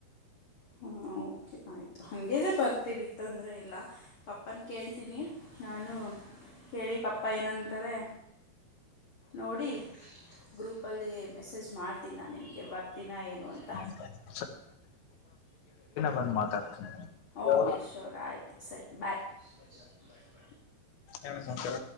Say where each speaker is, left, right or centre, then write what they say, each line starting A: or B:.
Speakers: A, on the left; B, on the left.
A: ಹಾ ಓಕೆ ಆಯ್ತು ಹಂಗಿದರೇ ಬರ್ತೀವಿ ತೊಂದರೆ ಇಲ್ಲಾ ಪಪ್ಪನ್ ಕೇಳ್ತೀನಿ ನಾನು. ಕೇಳಿ ಪಪ್ಪಾ ಏನಂತಾರೆ ನೋಡಿ ಗ್ರೂಪಲ್ಲಿ ಮೆಸೇಜ್ ಮಾಡ್ತೀನಿ ನಾನು ನಿಮಗೆ ಬರ್ತೀನಾ ಏನು ಅಂತಾ
B: ಹೌದಾ ಬಂದು ಮಾತಾಡ್ತೀನಿ
A: ಓಕೆ
B: ಯಾವ
A: ಶೂರ್ ಆಯ್ತು ಸರಿ ಬಾಯ್
B: ಎರಡ ಸಂಸಾರ